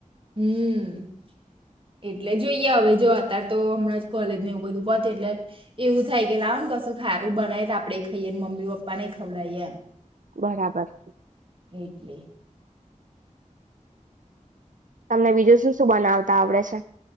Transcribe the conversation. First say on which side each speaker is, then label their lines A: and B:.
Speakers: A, on the right; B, on the right.
A: હમ એટલે જોઈએ હવે જો અતાર તો હમણાં કોલેજને એવું બધું પતે, એટલે એવું થાય કે લાવ ને કશું સારું બનાય આપડે ખાઈએમ મ્મીપાપા પને ખવડા એ એમ.
B: બરાબર.
A: ઈટલી.
B: તમને બીજું શું શું બનાવત આવડે છે?